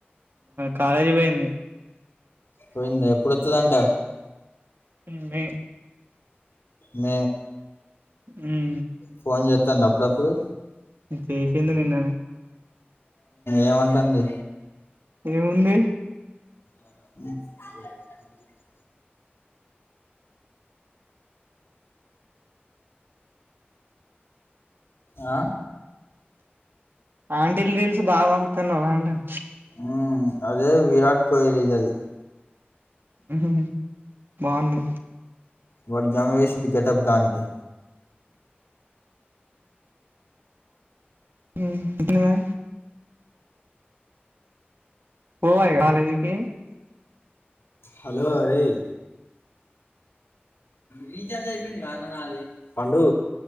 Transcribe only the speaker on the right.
కాలేజీ పోయింది
ఉంది
హ్మ్
ఉమ్ ఎందు నిన్నా
ఏముంది
ఆంటీలు రీల్స్ బాగా పంపుతున్నావ్ అంటాను
ఉహు హు బాగుంది
ఉ ఉన్నావా పోవాయిగా కాలేజీకి